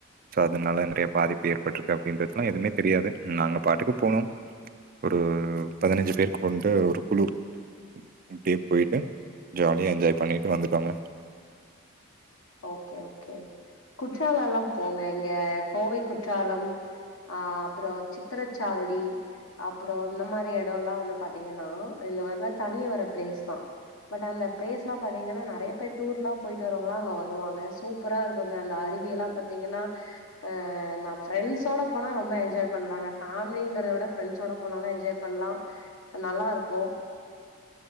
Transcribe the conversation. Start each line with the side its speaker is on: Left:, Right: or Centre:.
Right: சோ அதனால நெறைய பாதிப்பு ஏற்பட்டிருக்கு அப்டின்றது ல்லாம் எதுமே தெரியாது நாங்க பாட்டுக்கு போனோம் ஒரு பதினஞ்சு பேரு கொண்ட ஒரு குழு அப்டே போயிட்டு ஜாலியா என்ஜாய் பண்ணிகிட்டு வந்துடோங்க
Left: ஓகே ஓகே குற்றாலல்லா போங்க இங்க கோவை குற்றாலம் ஆ அப்புறொ சித்திரச்சாவடி அப்புறொ இந்த மாரி எடோல்லா வந்து பாத்தீங்கன்னா இந்த மாரிலா தண்ணி வர பிளேஸ்தா பட் அந்த பிளேஸ்லா பாத்தீங்கன்னா நெறைய பேர் டூர்லா போயிட்டு வரவங்கல்லா அங்க வரு ருவாங்க சூப்பரா இருக்குங்க அந்த அருவியெல்லா பாத்தீங்கன்னா ஆ நா ஃப்ரெண்ட்ஸோட போனா ரொம்ப என்ஜாய் பண்லாங்க ஃபமிலிங்கற விட ஃப்ரெண்ட்ஸோட போனாலு என்ஜாய் பண்லாம் நல்லா இருக்கும்